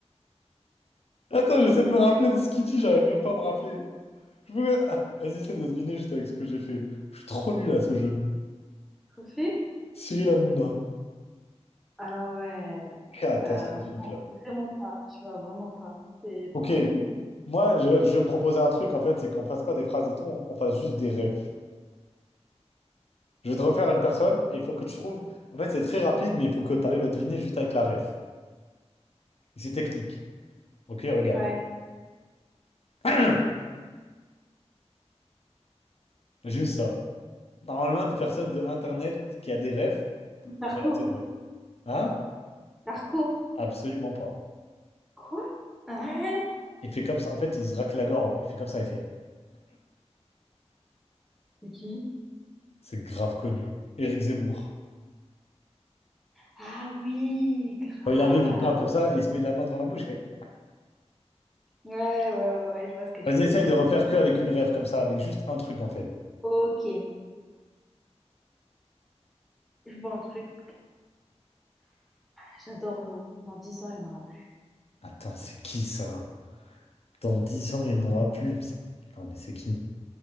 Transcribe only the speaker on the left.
Attends, j'essaie de me rappeler de ce qu'il dit. J'arrive même pas à me rappeler. Je voulais. Ah, Vas-y, essaie de deviner juste avec ce que j'ai fait. Je suis trop nul à ce jeu.
Cyril Hanouna.
Catastrophique
là.
Ok.
Moi, je, je vais proposer un truc en fait, c'est qu'on fasse pas des phrases et tout, on, on fasse juste des refs. Je vais te refaire une personne et il faut que tu trouves. En fait, c'est très rapide, mais il faut que tu arrives à deviner juste avec la ref. Et c'est technique. Ok, regarde.
<clears throat> Juste ça. Normalement, une personne de Internet qui a des refs,
elle a cette ref. Hein?
Absolument pas.
Il fait comme ça. En fait, il se racle la gorge. Il fait comme ça. Il fait.
C'est grave connu. Éric Zemmour.
Quand il arrive, il parle comme ça et il se met de la main devant la bouche. Il fait.
Vas-y,
essaye
de refaire que avec une ref comme ça, avec juste un truc en fait.
Attends, c'est qui ça? Dans 10 ans, il n'y en aura plus. Ça. Non, mais c'est qui?